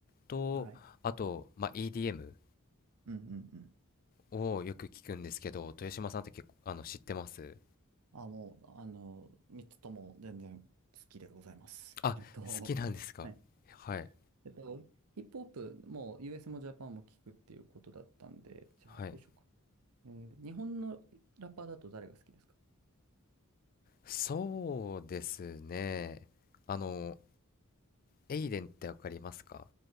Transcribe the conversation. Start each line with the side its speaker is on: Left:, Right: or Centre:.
Left: と、
Right: はい。
Left: あと、まあ、EDM
Right: うんうんうん。
Left: をよく聞くんですけど、豊島さんって結構、あの、知ってます
Right: あ、もう、あの、三つとも全然好きでございます。
Left: あ、
Right: えっと、
Left: 好きなんですかはい、
Right: はい。えっと、ヒップホップも US もジャパンも聞くっていうことだったんで、じゃあどうしようか
Left: はい。
Right: な。えー日本のラッパーだと誰が好きですか
Left: そうですね。あの、エイデンってわかりますか